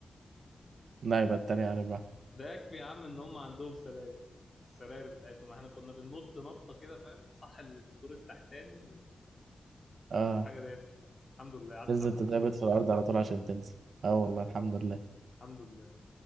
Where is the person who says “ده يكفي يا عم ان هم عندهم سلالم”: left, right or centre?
Left